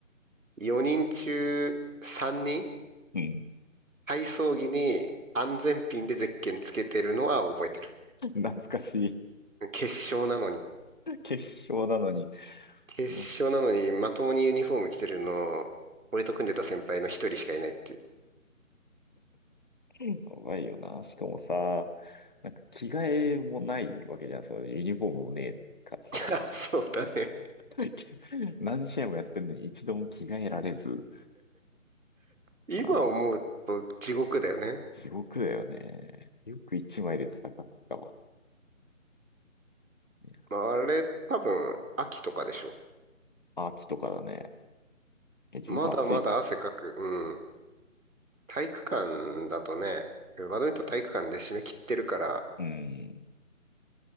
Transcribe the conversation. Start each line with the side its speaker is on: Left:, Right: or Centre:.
Right: 4人中3人
Left: うん。
Right: 体操着に安全ピンでゼッケンつけてるのは覚えてる。
Left: 懐かしい。
Right: 決勝なのに。
Left: 決勝なのに。
Right: 決勝なのに、
Left: もうし、
Right: まともにユニフォーム着てるの、俺と組んでた先輩の一人しかいないっていう。
Left: やばいよな。しかもさ、なんか着替えもないわけじゃん。そのユニフォームもねえからさ。
Right: <laughs> あそうだね。
Left: <laughs> 何試合もやってんのに一度も着替えられず。
Right: 今思うと地獄だよね。
Left: マジ、地獄だよね。よく一枚で戦ったわ。いや
Right: まああれ、多分、秋とかでしょ。
Left: 秋とかだね。え、十分暑いな。
Right: まだまだ汗かく。うん。体育館だとね、バドミントン体育館で締め切ってるから、
Left: うん。